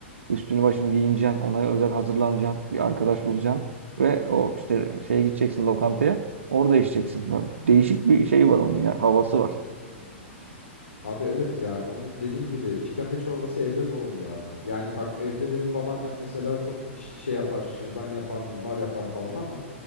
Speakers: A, on the right; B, on the left.
A: Üstünü başını giyineceksin. Ona özel hazırlanacaksın. Bir arkadaş bulacaksın. Ve o işte şeye gideceksin lokantaya. Orada içeceksin. Bak, Değişik bir şey var onun ya. Havası var.
B: Abi evet ya onun dediğin gibi işkembe çorbası evde zor oluyor abi. Yani bak evde benim babaannem mesela çok iş- şey yapar, şırdan yapar, mumbar yapar falan ama